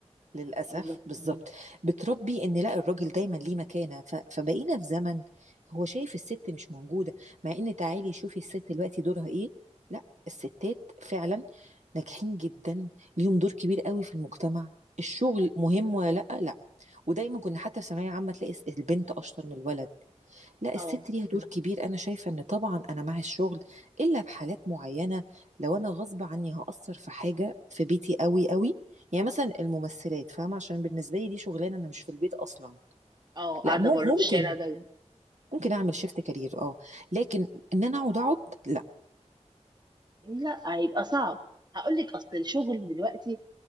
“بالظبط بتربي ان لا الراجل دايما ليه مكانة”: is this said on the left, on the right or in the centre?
Right